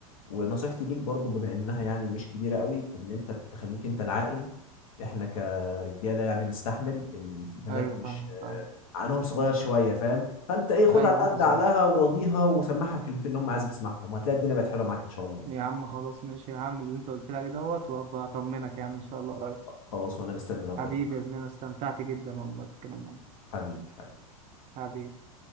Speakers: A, on the left (about 70°); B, on the right (about 35°).
A: ونصيحتي ليك برضو بما انها يعني مش كبيرة قوي ان انت تخليك انت العاقل احنا كرجالة يعني نستحمل البنات
B: أيوة
A: مش
B: فاهم فاهم
A: عقلهم صغير شويه فاهم فانت ايه خد
B: أيوة
A: على قد
B: أنت صح
A: عقلها وراضيها وسمعها الكلمتين اللي هم عايزه تسمعهم وهتلاقي الدنيا بقت حلوه معاك ان شاء الله
B: يا عم خلاص ماشي هعمل اللي أنت قلت لي عليه دوت وأبقى أطمنك يا عم إن شاء الله قريب
A: خلاص وانا مستني ردك
B: حبيبي
A: يا معلم.
B: يا زميلي أنا استمتعت جدا والله بالكلام معاك
A: حبيبي حبيبي
B: حبيبي